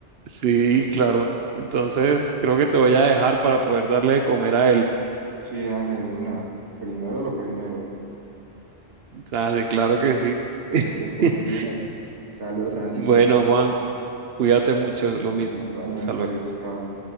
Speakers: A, on the right (about 60°); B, on the right (about 80°).
A: sí, claro. Entonces, creo que te voy a dejar para poder darle de comer a él.
B: Sí, dale, de una. Primero lo primero.
A: Dale, claro que sí.
B: Entonces,
A: <laughs>
B: que estén muy bien. Saludos a Nico.
A: Bueno, Juan, cuídate mucho, lo mismo.
B: Igualmente,
A: Hasta luego.
B: chao.